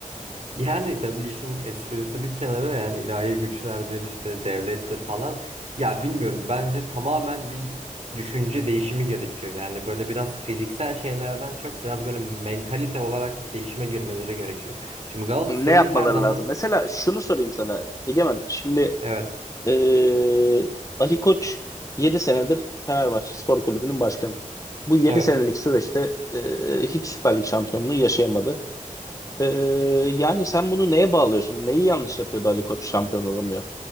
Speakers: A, on the right; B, on the left.
A: Yani tabii işin esprisi bir kenara yani ilahi güçlerdir işte devlettir falan. Ya bilmiyorum bence tamamen bir düşünce değişimi gerekiyor. Yani böyle biraz fiziksel şeylerden çok biraz böyle mentalite olarak bir değişime girmeleri gerekiyor. Şimdi Galatasaray'ın
B: Ne yapmaları
A: her zaman
B: lazım? Mesela şunu sorayım sana Egemen. Şimdi
A: evet
B: eee, Ali Koç 7 senedir Fenerbahçe Spor Kulübü'nün başkanı. Bu yedi
A: evet
B: senelik süreçte eee, hiç Süper Lig şampiyonluğu yaşayamadı. Eee, yani sen bunu neye bağlıyorsun? Neyi yanlış yapıyordu Ali Koç şampiyon olamıyor?